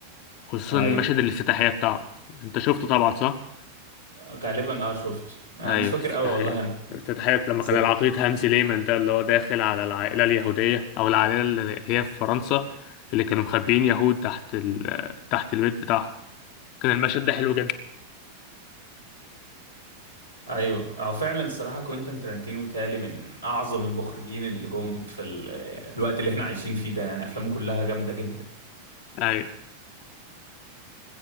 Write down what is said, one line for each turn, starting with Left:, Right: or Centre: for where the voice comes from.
Left: خصوصا
Right: هاي
Left: مشهد الافتتاحيه بتاعه انت شفته طبعا صح
Right: غالبا اه شفت انا
Left: ايوه
Right: مش فاكر
Left: الافتتاحيه
Right: قوي والله أنا.
Left: الافتتاحيه لما
Right: ز-
Left: كان العقيد هانزي ليمان ده اللي هو داخل على العائله اليهوديه او العائله اللي هي في فرنسا اللي كانوا مخبيين يهود تحت ال... تحت البيت بتاعهم كان المشهد ده حلو جدا
Right: ايوه اه فعلا الصراحه كوينتان ترنتينو تالي من اعظم المخرجين اللي جم في ال- الوقت اللي احنا عايشين فيه ده يعني افلامه كلها جامده جدا
Left: ايوه